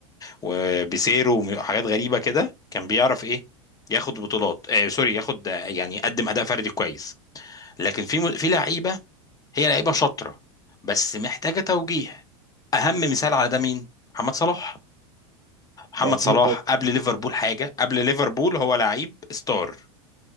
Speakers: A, on the left; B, on the right.
A: وبيسيرو وحاجات غريبة كده كان بيعرف ايه ياخد بطولات آه سوري ياخد آه، يعني يقدم اداء فردي كويس لكن في م... في لعيبة هي لعيبة شاطرة بس محتاجة توجيه اهم مثال على ده مين محمد صلاح محمد
B: ده اكيد
A: صلاح
B: طبعا
A: قبل ليفربول حاجه قبل ليفربول هو لعيب ستار